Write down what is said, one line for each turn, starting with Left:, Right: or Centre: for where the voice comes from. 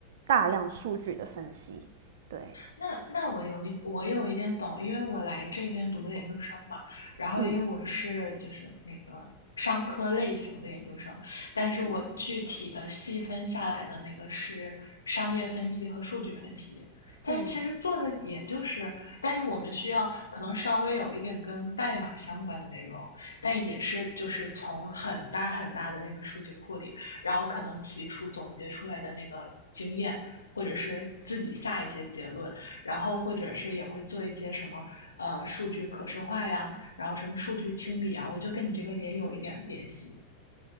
Right: 大量数据的分析，对，
Left: 那那我有一我有一点懂，因为我来这边读的研究生嘛，然后因为我是就是那个商科类型的研究生，
Right: 嗯。
Left: 但是我具体的细分下来的那个是商业分析和数据分析，但是其实做的也就是，
Right: 嗯，
Left: 但是我们需要可能稍微有一点跟代码相关的内容，但也是就是从很大很大的那个数据库里，然后可能提出总结出来的那个经验。或者是自己下一些结论，然后或者是也会做一些什么，呃，数据可视化呀，然后什么数据清理啊，我就跟你这个也有一点联系，